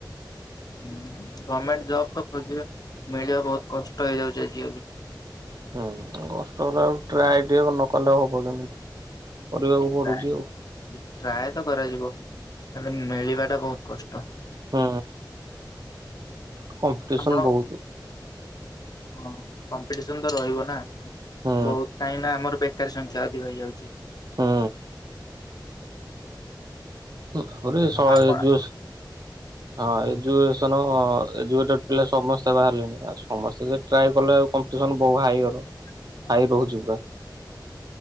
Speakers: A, on the left; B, on the right.
A: ହୁଁ ଗଭର୍ଣ୍ଣମେଣ୍ଟ ଜବ୍ ତ ଖୋଜିବେ ମିଳିବା ବହୁତ କଷ୍ଟ ହେଇଯାଉଛି ଆଜିକାଲି।
B: ହୁଁ କଷ୍ଟ ହେଲା ଟ୍ରାଏ ଟିକେ ନକଲେ ହବ କେମିତି କରିବାକୁ ପଡୁଛି
A: ଟ୍ରାଏ
B: ଆଉ।
A: ଟ୍ରାଏ ତ କରାଯିବ ହେଲେ ମିଳିବା ଟା ବହୁତ କଷ୍ଟ।
B: ହୁଁ କମ୍ପିଟିସନ
A: ଆପଣ
B: ବହୁତ।
A: ହଁ କମ୍ପିଟିସନ ତ ରହିବ ନା
B: ହୁଁ
A: ବହୁତ କାହିଁ ନା ଆମର ପାଖରେ ସଂଖ୍ୟା ଅଧିକ ହେଇଯାଉଛି
B: ହୁଁ ତାପରେ ଶହେ
A: ଆପଣ
B: ଜୁସ୍ ହଁ ଏଜୁକସନ ଏଜୁକେଟେଡ ପିଲା ସମସ୍ତେ ବାହାରିଲେଣି ଆ ସମସ୍ତେ ସେ ଟ୍ରାଏ କଲେ ଆ କମ୍ପଟିସନ ବହୁ ହାଇ
A: ହଁ <inaudible>
B: ଖାଇ ରହୁଛି ପୁରା।